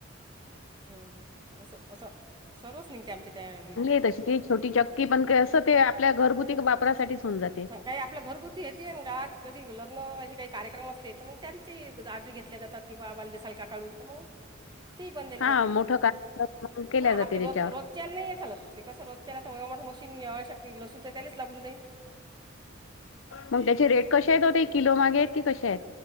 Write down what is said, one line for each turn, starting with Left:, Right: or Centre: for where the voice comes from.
Right: <unintelligible>
Left: <unintelligible> छोट चक्की पण काय, असं ते आपल्या घरगुती वापरासाठी हून जाते.
Right: हां काही आपले घरगुती येते, अन गावात कधी लग्न असे काही कार्यक्रम असले, तर मग त्यांचेही जाते घेतले जातात. कि बाबाला दिसाल का काढून तर मग. ते पण दिलं
Left: हा
Right: जाते
Left: मोठं काम केल्या
Right: हा
Left: जाते
Right: आपली
Left: त्याच्यावर.
Right: रोज रोज च्याल नाई चालत ते कसं रोजच्याला तवळ मोठं मशीन यावाशाती लसू द त्यालाच लागून जाईल.
Left: मग त्याचे रेट कशे येत ओ ते किलो मागे येत की कशे येत?